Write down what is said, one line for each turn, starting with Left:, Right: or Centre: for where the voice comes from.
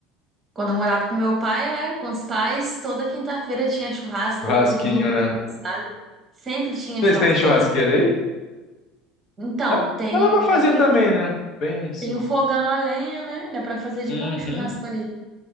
Right: Quando eu morava com meu pai, né? Com os pais, toda quinta-feira tinha churrasco,
Left: Churrasquinho,
Right: ou todo domingo,
Left: né?
Right: sabe? Sempre tinha
Left: Vocês
Right: churrasco.
Left: têm churrasqueira
Right: Toda...
Left: aí?
Right: Então,
Left: Dá,
Right: tem,
Left: dá lá pra fazer
Right: é, tem,
Left: também, né? Bem simples.
Right: tem o fogão a lenha, né? Dá pra fazer de
Left: Uhum,
Right: boa o churrasco ali.